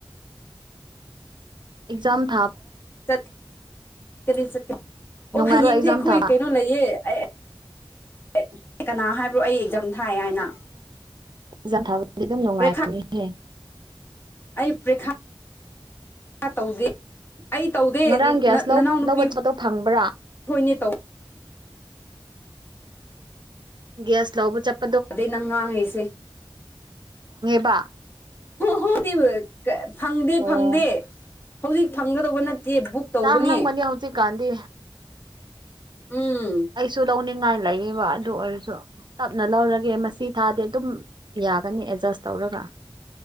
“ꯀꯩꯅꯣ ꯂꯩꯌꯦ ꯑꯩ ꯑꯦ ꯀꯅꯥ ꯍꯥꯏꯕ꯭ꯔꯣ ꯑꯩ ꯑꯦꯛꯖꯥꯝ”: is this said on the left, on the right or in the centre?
Left